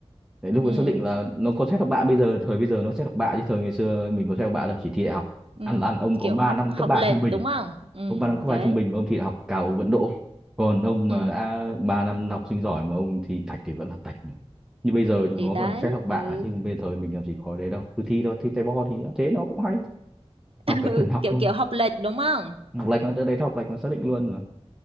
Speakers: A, in the centre; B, on the right (about 60°).
A: Đấy, lúc
B: ừ
A: ấy xác định là nó có xét học bạ bây giờ thời bây giờ nó xét học bạ chứ thời ngày xưa mình có xét học bạ là chỉ thi đại học
B: ừ
A: ăn là ăn ông có
B: kiểu
A: 3
B: học
A: năm
B: học
A: cấp 3
B: lệch
A: trung bình
B: đúng không ừ
A: ông 3 năm cấp
B: đấy
A: 3 trung bình mà ông thi đại học cao ông vẫn đỗ còn ông mà
B: ừ
A: đã 3 năm học sinh giỏi mà ông thi tạch thì vẫn là tạch như bây giờ chúng
B: thì
A: nó
B: đấy
A: còn xét học bạ
B: ừ,
A: chứ còn bây giờ thời mình làm gì có đấy đâu cứ thi đó thi tay bo thì thế nó cũng hay học
B: <laughs>
A: cái
B: ừ.
A: cần học
B: kiểu
A: thôi
B: kiểu học lệch đúng không
A: học lệch nó tới đấy học lệch nó xác định luôn mà